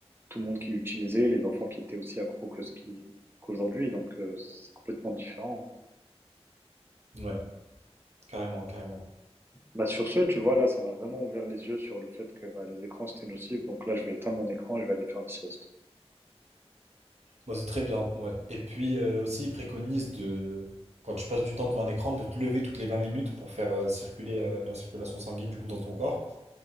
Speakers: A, on the right (about 20°); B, on the right (about 85°).
A: tout le monde qui l'utilisait, les enfants qui étaient aussi accros que ce qui qu'aujourd'hui, donc euh, c'est complètement différent. hein.
B: Ouais, carrément, carrément.
A: Bah, sur ce, tu vois, là, ça m'a vraiment ouvert les yeux sur le fait que bah, les écrans, c'était nocif. Donc là, je vais éteindre mon écran et je vais aller faire une sieste.
B: Moi, c'est très bien, ouais. Et puis euh, aussi, ils préconisent de, quand tu passes du temps devant un écran, de te lever toutes les 20 minutes pour faire euh, circuler euh, la circulation sanguine, du coup, dans ton corps.